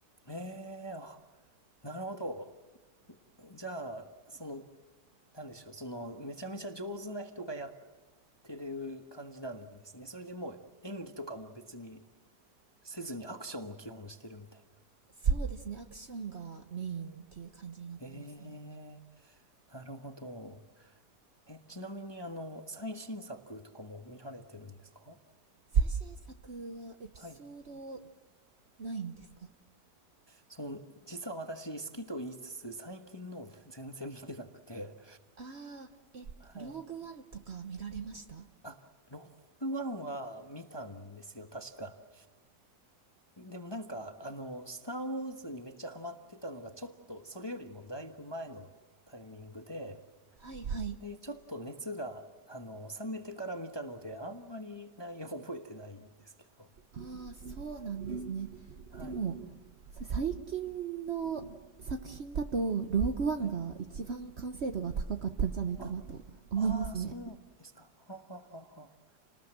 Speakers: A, on the left; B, on the right.
A: ええあ、なるほど。じゃあ、その、なんでしょう、その、めちゃめちゃ上手な人がやってる感じなんですね。それでもう演技とかも別にせずにアクションを基本してるみたいな。
B: そうですね。アクションがメインっていう感じになってますね。
A: ええなるほど。え、ちなみにあの、最新作とかも見られてるんですか
B: 最新作はエピソード
A: はい。
B: ないんですか
A: その、実は私好きと言いつつ、最近の全然見てなくて。
B: ああ、え、
A: はい。
B: ローグワンとか見られました
A: あ、ロックワンは見たんですよ、確か。でもなんか、あの、スター・ウォーズにめっちゃハマってたのが、ちょっと、それよりもだいぶ前のタイミングで、
B: はいはい。
A: で、ちょっと熱が、あの、冷めてから見たので、あんまり内容覚えてないんですけど。
B: ああ、そうなんですね。
A: はい、
B: でも、さ最近の作品だと、ローグワンが一番完成度が高かったんじゃないかなと思いますね。
A: はい。あ、ああ、そうですか。はははは。